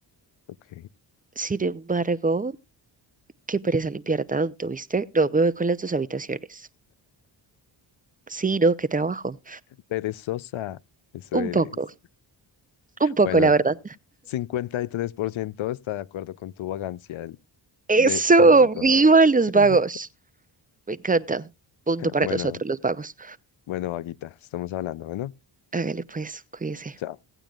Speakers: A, on the left; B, on the right.
A: Ok,
B: Sin embargo, qué pereza limpiar tanto, ¿viste? No, me voy con las dos habitaciones. Sí, ¿no? Qué trabajo.
A: perezosa, eso eres.
B: Un poco, un poco,
A: Bueno,
B: la verdad.
A: 53% está de acuerdo con tu vagancia
B: ¡Eso!
A: de solo dos.
B: ¡Viva los
A: <laughs>
B: vagos! Me encanta. Punto para
A: Bueno,
B: nosotros, los vagos.
A: bueno, vaguita, estamos hablando, ¿no?
B: Hágale pues, cuídese.
A: Chao.